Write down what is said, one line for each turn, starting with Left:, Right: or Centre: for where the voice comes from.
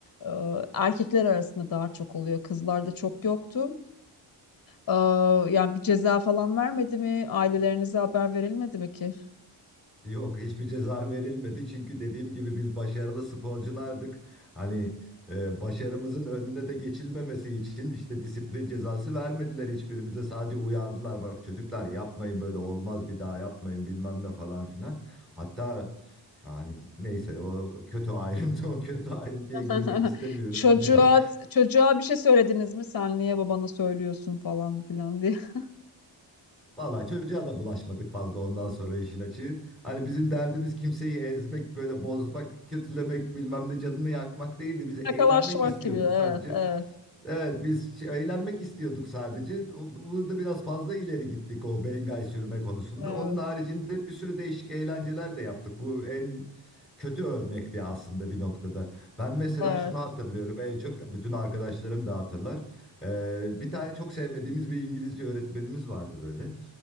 Left: Ee, erkekler arasında daha çok oluyor. Kızlarda çok yoktu. Ee, yani bir ceza falan vermedi mi? Ailelerinize haber verilmedi mi ki?
Centre: Yok hiçbir ceza verilmedi çünkü dediğim gibi biz başarılı sporculardık. Hani e, başarımızın önüne de geçilmemesi için işte disiplin cezası vermediler hiçbirimize sadece uyardılar. Bak çocuklar yapmayın böyle olmaz bir daha yapmayın bilmem ne falan filan. Hatta yani neyse o kötü ayrıntı <laughs> o kötü ayrıntıya
Left: <laughs>
Centre: girmek istemiyorum.
Left: Çocuğa
Centre: <laughs>
Left: çocuğa bir şey söylediniz mi? Sen niye babana söylüyorsun falan filan diye. <laughs>
Centre: Valla çocuğa da bulaşmadık fazla ondan sonra işin açığı. Hani bizim derdimiz kimseyi ezmek, böyle bozmak, kötülemek, bilmem ne canını yakmak değildi. Biz eğlenmek
Left: Ne kadar şımarık
Centre: istiyorduk
Left: gibi. Evet,
Centre: sadece.
Left: evet,
Centre: Evet biz ş- eğlenmek istiyorduk sadece. O- Burada biraz fazla ileri gittik o bengay sürme konusunda.
Left: evet.
Centre: Onun haricinde bir sürü değişik eğlenceler de yaptık. Bu en kötü örnekti aslında bir noktada. Ben mesela
Left: Evet,
Centre: şunu hatırlıyorum en çok, bütün arkadaşlarım da hatırlar. Ee, bir tane çok sevmediğimiz bir İngilizce öğretmenimiz vardı böyle.